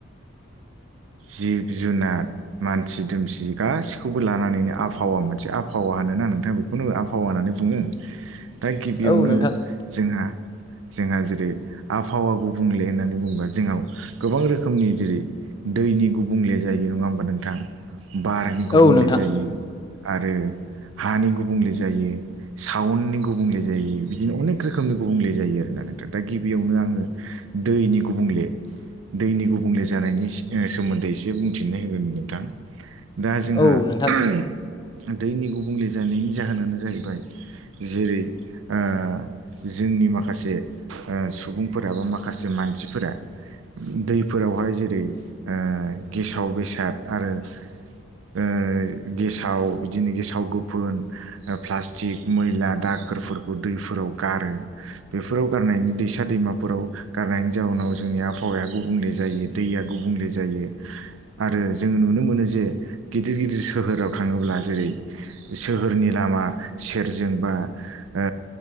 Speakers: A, on the left; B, on the right.
A: <inaudible>
B: जिब जुनार मानसि दुमसि गासिखौबो लानानैनो आबहावा मोनसे आबहावा होनो ना नोंथां बेखौनो आबहावा होननानै बुङो। दा गिबियावनो
A: औ नोंथां
B: जोंहा जोंहा जेरै आबहावा गुबु बुंले होननानै बुंङोबा जोंनाव गोबां रोखोमनि जेरै दैनि गुबुंले जायो नङा होमबा नोंथां बारनि गुबुंले
A: औ नोंथां
B: जायो आरो हानि गुबुंले जायो साउननि गुबुंले जायो। बिदिनो अनेक रोखोमनि गुबुंले जायो आरोना। थां दा गिबियावनो आङो दैनि गुबुंले दैनि गुबुंले जानायनि सि नि सोमोन्दै एसे बुंथिनो होगौमोन नोंथां दा जोंहा
A: औ नोंथां
B: ओ दैनि गुबुंले जानायनि जाहोनानो जाहैबाय जेरै ओ जोंनि माखासे ओ सुबुंफोराबो माखासे मानसिफोरा दैफोरावहाय जेरै ओ गेसाव बेसाद आरो ओ गेसाव बिदिनो गेसाव गोफोन ओ प्लास्टिक मैला दाग साखोरफोरखौ दैफोराव गारो बेफोराव गारनायनि दैसा दैमाफोराव गारनायनि जाउनाव जों जोंनि आहावाया गुबुंले जायो दैया गुबले जा जायो आरो जोङो नुनो मोनो जे गिदिर गिदिर सोहोराव थाङोब्ला जेरै सोहोरनि लामा सेरजोंबा ओ